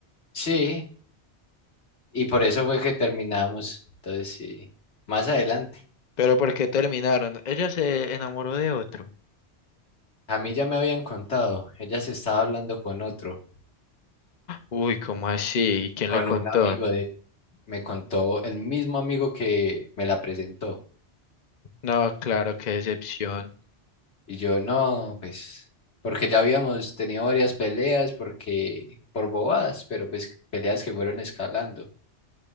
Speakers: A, on the left (about 85°); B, on the left (about 45°).
A: Sí, y por eso fue que terminamos. Entonces sí, más adelante.
B: ¿Pero por qué terminaron? Ella se enamoró de otro.
A: A mí ya me habían contado, ella se estaba hablando con otro,
B: Uy, ¿cómo así? ¿Y quién
A: con
B: le contó?
A: un amigo de él. Me contó el mismo amigo que me la presentó.
B: No, claro, qué decepción.
A: Y yo, no, pues, porque ya habíamos tenido varias peleas, porque, por bobadas, pero pues peleas que fueron escalando.